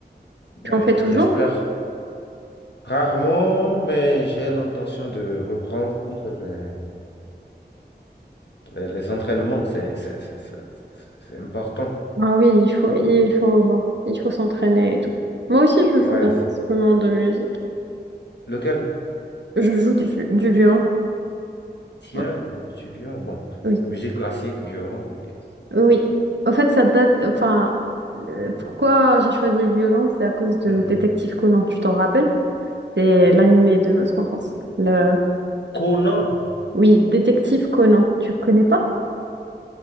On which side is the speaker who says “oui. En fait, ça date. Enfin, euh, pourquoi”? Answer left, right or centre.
Right